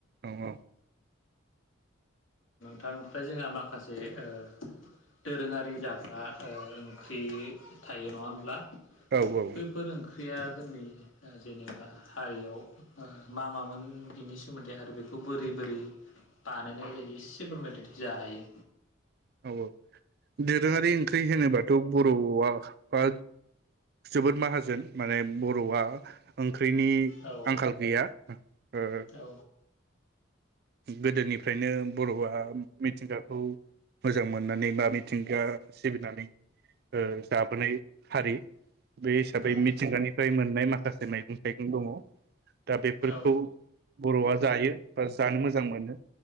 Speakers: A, on the right; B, on the left.
A: औ औ।
B: थां ओमफ्राय जोंहा माखासे ओ दोरोङारि जाग्रा ओ ओंख्रि थायो नङा होनब्ला?
A: औ औ
B: बैफोर ओंख्रिया जोंनि ओ जेनेबा हारियाव ओ मा मामोन बिनि सोमोन्दै आरो बेखौ बोरै बोरै बानायनाय जायो इसे फोरमायदो दे जा हायो।
A: औ औ दोरोङारि ओंख्रि होनोबाथ' बर'आ बा जोबोद माहाजोन माने बर'आ ओं ख्रिनि
B: औ
A: आंखाल गैया ओ
B: औ
A: गोदोनिफ्रायनो बर'आ मिथिंगाखौ मोजां मोननानै बा मिथिंगा सिबिनानै ओ जाबोनाय हारि। बे हिसाबै
B: उम
A: मिथिंगानि फ्राय मोननाय माखासे मैंग थाइगं दङ। दा बेफोरखौ
B: औ
A: बर'आ जायो बा जानो मोजां मोनो।